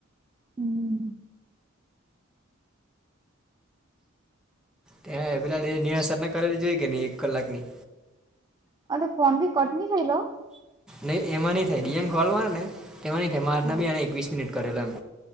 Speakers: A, on the right; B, in the centre.
A: હમ
B: ત્યાં પેલા એ નિહસર ના કરેલી જોઈ કે નહી એક કલાક ની.
A: હા તો ફોન ભી કટ નઇ થયલો.
B: નહી એમાં નઈ થાય ડી એમ કોલ મારે ને એમાં નઈ થાય મા
A: હા
B: ના બીને એકવીસ મિનિટ કરેલો એમ.